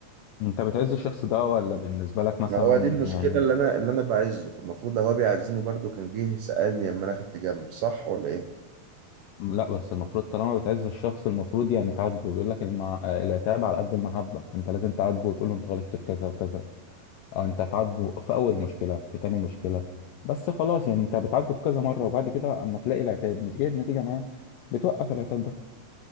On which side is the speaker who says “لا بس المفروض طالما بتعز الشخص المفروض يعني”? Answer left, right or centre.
Left